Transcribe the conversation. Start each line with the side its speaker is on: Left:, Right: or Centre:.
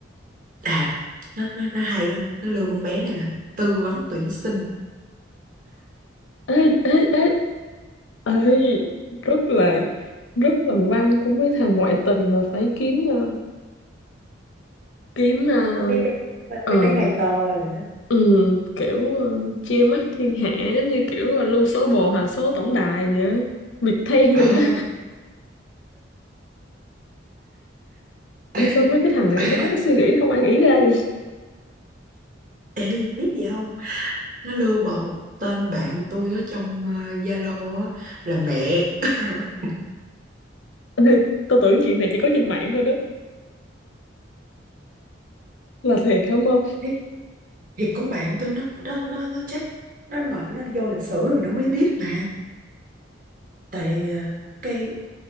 Right: à nó nó nó hay lắm nó lừa con bé này là tư vấn tuyển sinh
Left: ê ê ê ấy rất là rất là văn của mấy thằng ngoại tình mà phải kiếm ờ, kiếm à,
Right: mấy bé à,
Left: ờ,
Right: mấy bé này to rồi đó
Left: ừ, kiểu ờ, chia mắt thiên hạ giống như kiểu là lưu số bồ thành số tổng đài vậy á. Việc thay <laughs>
Right: ờ
Left: rồi đó
Right: <laughs>
Left: Ôi, sao mấy cái thằng này
Right: ê
Left: nó có cái
Right: à
Left: suy nghĩ đó không ai nghĩ ra vậy
Right: ê biết gì không nó lưu bộ tên bạn tôi ở trong ờ, Zalo á là mẹ <laughs>
Left: <laughs> Ê, tôi tưởng chuyện này chỉ có trên mạng thôi đó là thiệt không không
Right: thì, thì con bạn tôi nó nó nó nó check nó mở nó vô lịch sử rồi nó mới biết mà tại ờ, cái